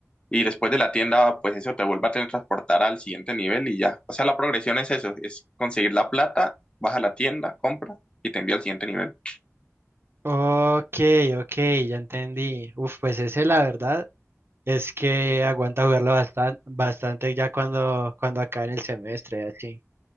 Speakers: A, on the left; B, on the right.
A: Y después de la tienda, pues eso te vuelve a transportar al siguiente nivel y ya. O sea, la progresión es eso, es conseguir la plata, vas a la tienda, compras y te envía al siguiente nivel.
B: Ok, ok, ya entendí. Uf, pues ese la verdad es que aguanta jugarlo bastante, bastante ya cuando, cuando acabe el semestre, así.